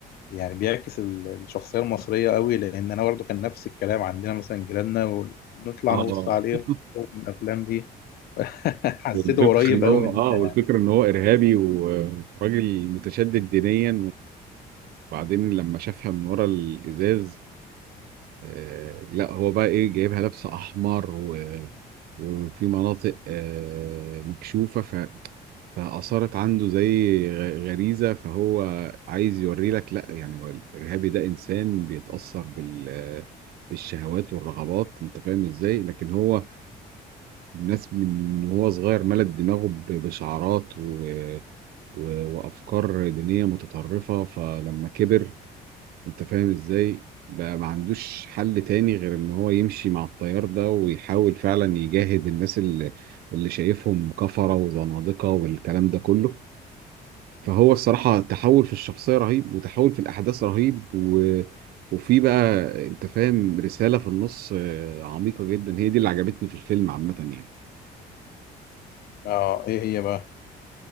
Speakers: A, on the left; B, on the right.
A: يعني بيعكس ال- الشخصية المصرية قوي لان انا برضو كان نفس الكلام عندنا مثلا جيراننا ونطلع
B: اه
A: نبص
B: <laughs>
A: عليهم
B: آه.
A: من الافلام دي <laughs> حسيته
B: والفكره
A: قريب
B: ان
A: قوي
B: هو
A: مننا
B: اه والفكره ان هو ارهابي وراجل متشدد دينيا وبعدين لما شافها من ورا الازاز آه لا هو بقى ايه جايبها لابسه احمر و... وفي مناطق آه مكشوفه فأثارت عنده زي غ- غريزة فهو عايز يوري لك لا يعني هو الإرهابي ده إنسان بيتأثر بال بالشهوات والرغبات أنت فاهم إزاي؟ لكن هو الناس من وهو صغير ملت دماغه ب- بشعارات و... و... وأفكار دينية متطرفة فلما كبر أنت فاهم إزاي؟ بقى ما عندوش حل تاني غير إن هو يمشي مع التيار ده ويحاول فعلا يجاهد الناس اللي, اللي شايفهم كفرة وزنادقة والكلام ده كله فهو الصراحة تحول في الشخصية رهيب وتحول في الأحداث رهيب و... وفي بقى أنت فاهم رسالة في النص آه، عميقة جدا هي دي اللي عجبتني في الفيلم عامة يعني
A: اه ايه هي بقى